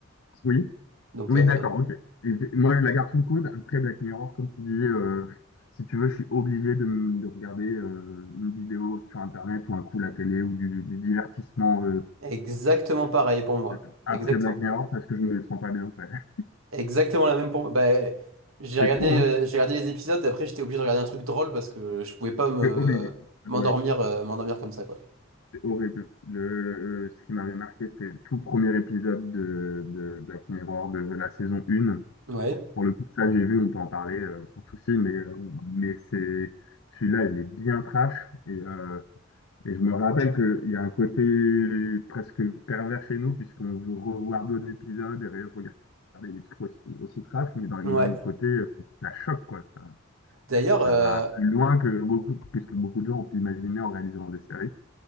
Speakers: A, on the left; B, on the right.
A: Oui,
B: Donc,
A: oui,
B: euh,
A: d'accord,
B: donc,
A: ok. Et j'ai- moi, je la garde sous le coude. Après, Black Mirror, comme tu dis, euh, si tu veux, je suis obligé de, m- de regarder euh, une vidéo sur Internet ou un coup la télé ou du, du divertissement euh,
B: exactement pareil pour moi,
A: euh, après
B: exactement.
A: Black Mirror parce que je me sens pas bien après. <laughs>
B: Exactement la même pour Bah, j'ai
A: C'est
B: regardé,
A: fou, hein?
B: euh, j'ai regardé les épisodes, après j'étais obligé de regarder un truc drôle parce que je pouvais pas me
A: C'est obligé.
B: m'endormir
A: Ouais,
B: euh, m'endormir comme ça, quoi.
A: c'est horrible. Le, euh, ce qui m'avait marqué, c'était le tout premier épisode de, de Black Mirror de la saison 1.
B: Ouais.
A: Pour le coup, ça, j'ai vu, on peut en parler euh, sans souci, mais, euh, mais c'est celui-là, il est bien trash. Et, euh, et je me rappelle qu'il y a un côté presque pervers chez nous, puisqu'on veut revoir d'autres épisodes et regarder des trucs aussi, aussi trash, mais d'un
B: Ouais.
A: d'un autre côté, euh, ça choque, quoi. Ça,
B: D'ailleurs,
A: ça
B: euh,
A: va plus loin que beaucoup, que ce que beaucoup de gens ont pu imaginer en réalisant des séries.